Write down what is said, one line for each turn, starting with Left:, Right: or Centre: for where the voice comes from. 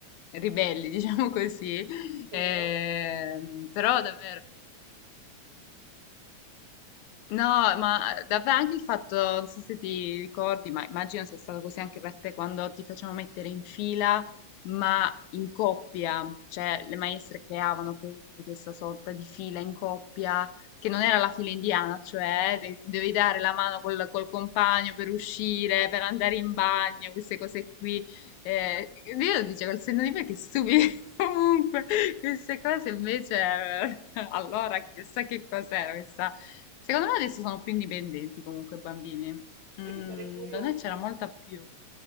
Left: ribelli, <laughs> diciamo così.
Right: Vero?
Left: Ehm, però davvero. No, ma eh, davvero anche il fatto, non so se ti ricordi, ma immagino sia stato così anche per te quando ti facevano mettere in fila, ma in coppia, cioè le maestre creavano poi questa sorta di fila in coppia, che non era la fila indiana, cioè eh, de- ti dovevi dare la mano col, col compagno per uscire, per andare in bagno, queste cose qui. Eh, io lo dicevo, col senno di poi che stupido, Comunque, queste cose invece, eh, <laughs> allora chissà che cos'era questa. Secondo me adesso sono più indipendenti comunque i bambini.
Right: Sai
Left: Mm,
Right: che sarei curiosa?
Left: da noi c'era molta più.